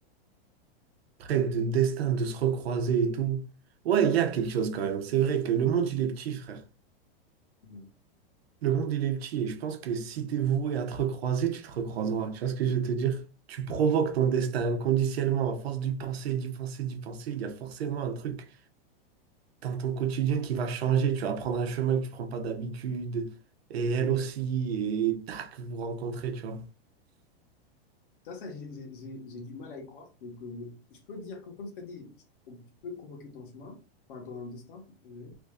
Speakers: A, on the right; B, on the left.
A: Près de destin, de se recroiser et tout. Ouais, il y a quelque chose quand même. C'est vrai que le monde, il est petit, frère.
B: Mm.
A: Le monde, il est petit et je pense que si t'es voué à te recroiser, tu te recroiseras. Tu vois ce que je veux te dire? Tu provoques ton destin inconditionnellement à force d'y penser, d'y penser, d'y penser. Il y a forcément un truc dans ton quotidien qui va changer. Tu vas prendre un chemin que tu prends pas d'habitude et elle aussi et tac, vous vous rencontrez, tu vois.
B: Ça, ça, j'ai j'ai- j'ai- j'ai du mal à y croire. Que, que- je peux te dire, que, comme tu as dit, on- tu peux provoquer ton chemin, enfin ton destin, désolé.